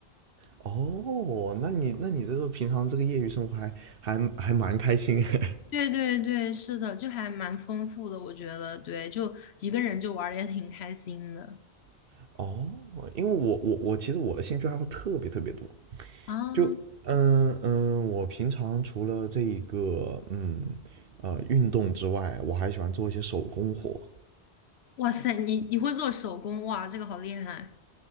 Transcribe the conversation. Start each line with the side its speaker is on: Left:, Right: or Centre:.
Right: 哦，那你那你这个平常这个业余生活还还还蛮开心哎。
Left: 对对对，是的，就还蛮丰富的，我觉得，对，就一个人就玩的也挺开心的
Right: <laughs> 哦，因为我我我其实我的兴趣爱好特别特别多，
Left: 啊！
Right: 就嗯嗯，我平常除了这一个嗯呃运动之外，我还喜欢做一些手工活。
Left: 哇塞，你你会做手工，哇，这个好厉害，